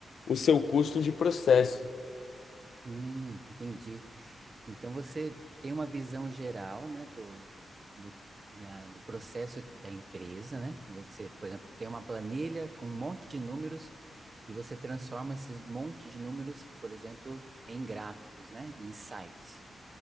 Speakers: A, on the left; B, on the right.
A: o seu custo de processo.
B: Hum, entendi. Então você tem uma visão geral, né, do, do, da- do processo da empresa, né? Você, por exemplo, tem uma planilha com um monte de números e você transforma esses monte de números, por exemplo, em gráficos, né? Em sites.